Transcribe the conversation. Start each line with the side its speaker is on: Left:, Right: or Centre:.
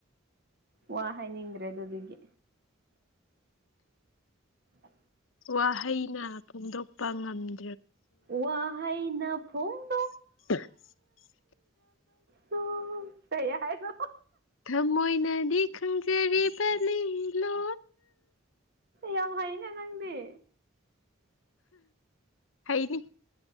Right: ꯋꯥ ꯍꯥꯏꯅꯤꯡꯗ꯭ꯔꯦ ꯑꯗꯨꯗꯤꯗꯒꯤ ꯎ
Left: ꯋꯥꯍꯩꯅ ꯐꯣꯡꯗꯣꯛꯄ ꯉꯝꯃꯤ
Right: ꯋꯥ ꯍꯥꯏꯥꯏꯅ ꯐꯣꯡꯗꯣ
Left: <unintelligible>
Right: ꯁꯨ ꯇꯌꯥꯔ
Left: ꯊꯃꯣꯏꯅꯗꯤ ꯈꯪꯖꯔꯤꯕ ꯂꯤꯣ
Right: ꯌꯥꯝ ꯍꯩꯅ ꯅꯪꯗꯤ
Left: ꯍꯥꯏꯅꯤ